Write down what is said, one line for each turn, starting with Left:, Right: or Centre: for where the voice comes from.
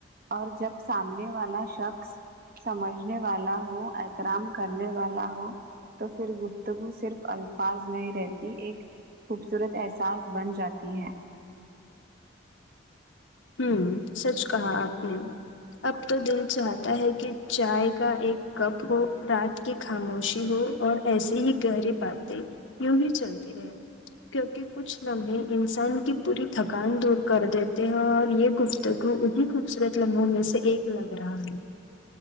Right: اور جب سامنے والا شخص سمجھنے والا ہو احترام کرنے والا ہو تو پھر گفتگو صرف الفاظ نہیں رہتی ایک خوبصورت احساس بن جاتی ہے
Left: ہوں سچ کہا آپ نے اب تو دل چاہتا ہے کہ چائے کا ایک کپ ہو رات کی خاموشی ہو اور ایسی ہی گہری باتیں یوں ہی چلتی رہے کیونکہ کچھ لمحے انسان کی پوری تھکان دور کر دیتے ہیں اور یہ گفتگو انہیں خوبصورت لمحوں میں سے ایک لگ رہا ہے